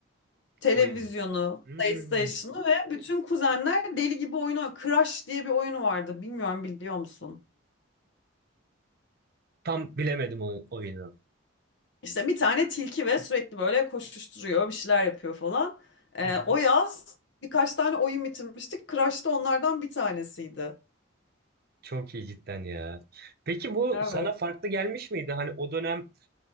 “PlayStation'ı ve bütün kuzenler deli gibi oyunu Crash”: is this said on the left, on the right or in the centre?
Left